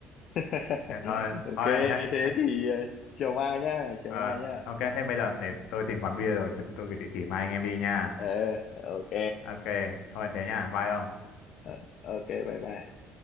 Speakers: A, on the left; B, on the left.
A: <laughs>
B: thế thôi
A: ok
B: thôi thế,
A: thế
B: thế
A: thì ờ, chiều mai nhá chiều
B: ờ,
A: mai nhá
B: ok thế bây giờ để tôi tìm quán bia rồi tôi gửi địa chỉ mai anh em đi nha
A: ờ ok
B: ok thôi thế nha bye ông
A: Ờ, ok bye bye